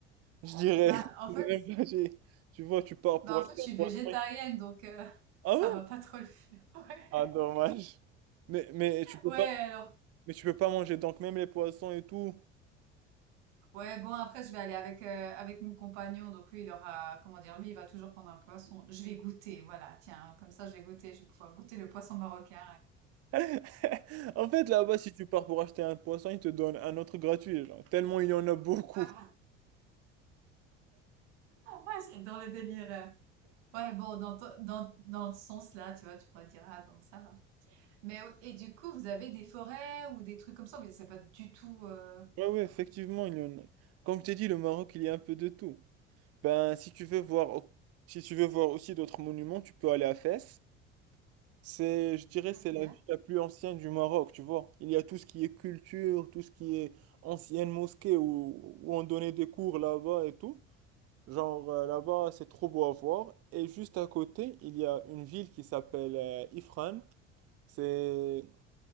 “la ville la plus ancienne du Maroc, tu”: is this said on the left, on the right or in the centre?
Right